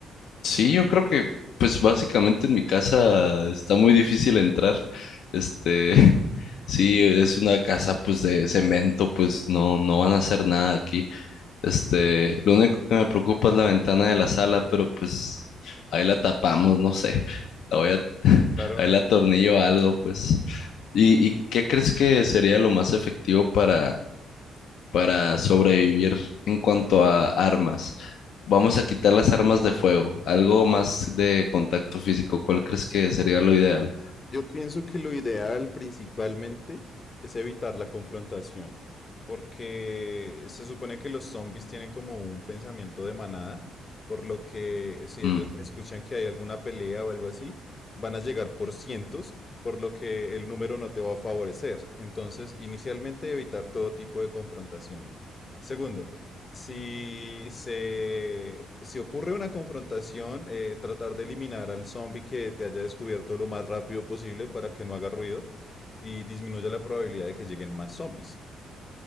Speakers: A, on the left; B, on the left.
A: Sí, yo creo que, pues básicamente en mi casa está muy difícil entrar. Este, <laughs> sí, es una casa pues de cemento, pues no, no van a hacer nada aquí. Este, lo único que me preocupa es la ventana de la sala, pero pues ahí la tapamos, no sé. La voy a, <laughs>
B: Claro,
A: ahí la atornillo a algo, pues. ¿Y, y qué crees que sería lo más efectivo para, para sobrevivir en cuanto a armas? Vamos a quitar las armas de fuego, algo más de contacto físico. ¿Cuál crees que sería lo ideal?
B: yo pienso que lo ideal principalmente es evitar la confrontación, porque se supone que los zombies tienen como un pensamiento de manada, por lo que si ellos
A: Mm,
B: escuchan que hay alguna pelea o algo así, van a llegar por cientos, por lo que el número no te va a favorecer. Entonces, inicialmente evitar todo tipo de confrontación. Segundo, Si se, si ocurre una confrontación, eh, tratar de eliminar al zombie que te haya descubierto lo más rápido posible para que no haga ruido y disminuya la probabilidad de que lleguen más zombies.